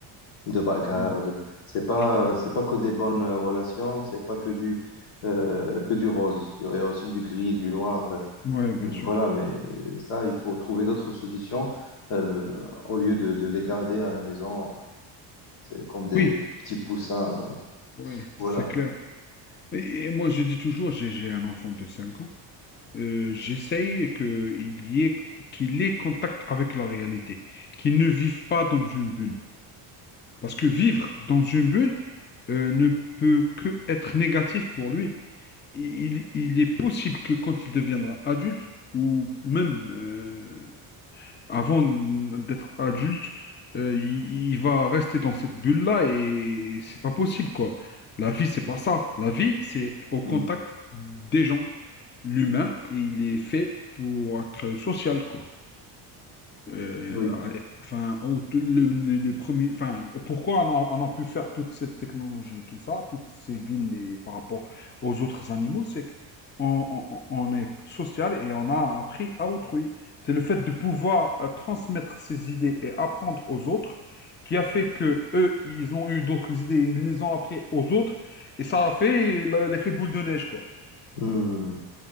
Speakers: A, on the left (about 80°); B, on the left (about 25°).
A: de bagarre,
B: Voilà.
A: de... C'est pas,
B: Je tout à
A: c'est pas que des bonnes relations, c'est pas que du, euh, que du rose. Il y aurait aussi du gris, du noir. euh,
B: Ouais, bien
A: hum,
B: sûr.
A: Voilà, mais ça, il faut trouver d'autres solutions euh, au lieu de, de les garder à la maison. C'est comme des
B: Oui,
A: petits poussins. euh,
B: ouais,
A: Voilà.
B: c'est clair. Et, et moi, je dis toujours, j'ai j'ai un enfant de 5 ans. Euh, j'essaye que il y ait, qu'il ait contact avec la réalité, qu'il ne vive pas dans une bulle. Parce que vivre dans une bulle euh, ne peut que être négatif pour lui. Il, il est possible que quand il deviendra adulte, ou même euh, avant d'être adulte, euh, il, il va rester dans cette bulle-là et c'est pas possible, quoi. La vie, c'est pas ça. La vie, c'est au contact
A: Mm.
B: des gens. L'humain, il est fait pour être social, quoi. Euh,
A: Oui.
B: alors, enfin, au- tout- le- le- les premiers, enfin, pourquoi on a, on a pu faire toute cette technologie, tout ça, toutes ces villes et par rapport aux autres animaux, c'est qu'on on, on- on est social et on a appris à autrui. C'est le fait de pouvoir euh, transmettre ses idées et apprendre aux autres qui a fait que eux, ils ont eu d'autres idées, ils les ont appris aux autres et ça a fait la- l'effet boule de neige, quoi.
A: Mm.